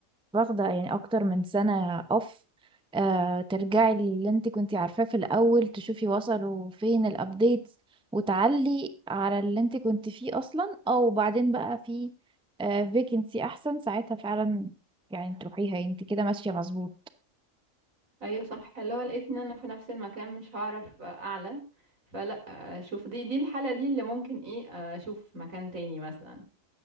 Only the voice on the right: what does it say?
ايوه صح اللي هو لقيت ان انا في نفس المكان مش هعرف اعلى فلا اشوف دي دي الحاله دي اللي ممكن ايه اشوف مكان تاني مثلا